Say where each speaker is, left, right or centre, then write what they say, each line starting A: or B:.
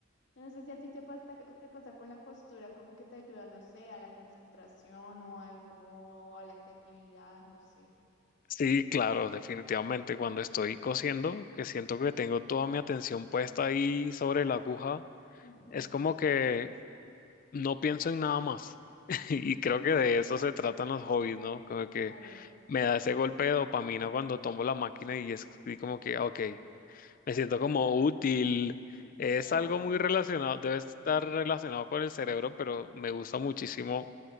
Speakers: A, on the left; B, on the left.
A: yo no sé si a ti te pasa, te pasa con la costura, como que te ayuda, no sé, a la concentración o algo, o a la creatividad, no sé.
B: Sí, claro, definitivamente. Cuando estoy cosiendo, que siento que tengo toda mi atención puesta ahí sobre la aguja,
A: Ujú,
B: es como que no pienso en nada más. <laughs> Y creo
A: <laughs>
B: que de eso se tratan los hobbies, ¿no? Como que
A: Claro,
B: me da ese golpe de dopamina cuando tomo la máquina y es y como que, ok, Me siento como útil. Es
A: claro.
B: algo muy relacionado, debe estar relacionado con el cerebro, pero me gusta muchísimo